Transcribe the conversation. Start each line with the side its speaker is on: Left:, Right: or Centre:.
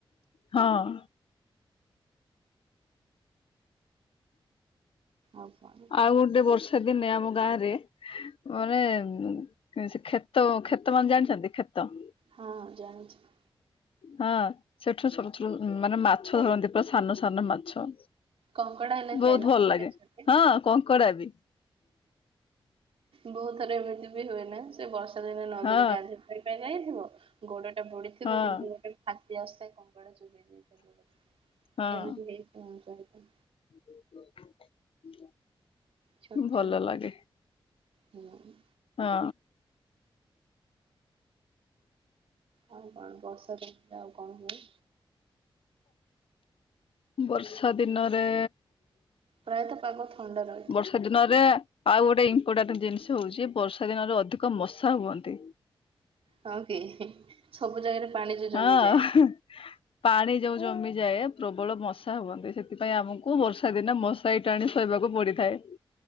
Left: ହଁ।
Right: ଆଉ କଣ?
Left: ଆଉ ଗୋଟେ ବର୍ଷା ଦିନେ ଆମ ଗାଁରେ ମାନେ ଉଁ, ଏ ସେ କ୍ଷେତ କ୍ଷେତ ମାନେ ଜାଣିଛନ୍ତି କ୍ଷେତ?
Right: ହଁ ଜାଣିଛି।
Left: ହଁ ସେଠୁ ସବୁଠୁରୁ ଉଁ, ମାନେ ମାଛ ଧରନ୍ତି ପୁରା ସାନ ସାନ ମାଛ।
Right: କଙ୍କଡା ହେଲେ
Left: ବହୁତ
Right: ଥାଏ ନା
Left: ଭଲ ଲାଗେ। ହଁ କଙ୍କଡା ବି।
Right: ବହୁତ ଥର ଏମିତି ବି ହୁଏ ନା ସେ ବର୍ଷା ଦିନେ ନଦୀରେ
Left: ହଁ
Right: ଗାଧେ ସେଇଟା ଯାଇଥିବ ଗୋଡଟା ବୁଡିଥିବ
Left: ହଁ
Right: କିନ୍ତୁ ଗୋଟେ ଫାତି ଆସେ କଙ୍କଡା ଚୋବେେଇ ଦେଇଥାଏ ଗୋଡ।
Left: ହଁ
Right: ଏମିତି ହେଇଚି ମୋ ସହିତ।
Left: <inaudible>
Right: ଛୋଟ
Left: ଭଲ
Right: ଛୋଟ କଣ
Left: ଲାଗେ
Right: ହୁଁ
Left: ହଁ।
Right: ଆଉ କଣ ବର୍ଷା ଦିନରେ ଆଉ କଣ ହୁଏ?
Left: <inaudible> ବର୍ଷା ଦିନରେ
Right: ପ୍ରାୟତ ପାାଗ ଥଣ୍ଡା ରହେ।
Left: ବର୍ଷା ଦିନରେ ଆଉ ଗୋଟେ ଇମ୍ପୋର୍ଟାଣ୍ଟ ଜିନିଷ ହଉଚି। ବର୍ଷା ଦିନରେ ଅଧିକ ମଶା ହୁଅନ୍ତି।
Right: ହଁ କି ସବୁ ଜାଗାରେ ପାଣି ଯୋଉ ଜମିଯାଏ।
Left: ହଁ ପାଣି ଯୋଉ ଜମିଯାଏ ପ୍ରବଳ ମଶା ହୁଅନ୍ତି। ସେଥିପାଇଁ ଆମକୁ ବର୍ଷା ଦିନେ ମଶ ଶାରୀ ଟାଣି ଶୋଇବାକୁ ପଡିଥାଏ।